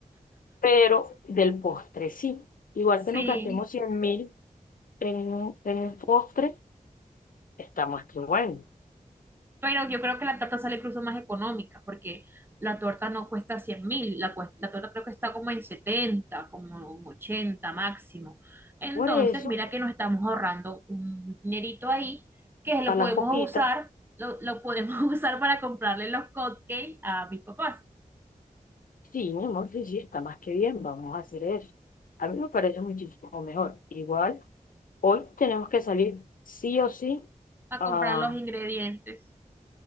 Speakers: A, on the left; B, on the right.
A: pero del postre sí. Igual
B: Sí.
A: que nos gastemos cien mil en, un- en un postre, está más que bueno.
B: Pero yo creo que la torta sale incluso más económica, porque la torta no cuesta cien mil, la, cuest- la torta creo que está como en 70 como en 80 máximo. Entonces,
A: Por eso,
B: mira que nos estamos ahorrando un dinerito ahí, que lo
A: para
B: podemos
A: la coquita,
B: usar, lo, lo podemos <laughs> usar para comprarle los cupcakes a mis papás,
A: sí, mi amor, sí, sí, está más que bien, vamos a hacer eso. A mí me parece muchísimo mejor. Igual, hoy tenemos que salir sí o sí,
B: a
A: ah,
B: comprar los ingredientes.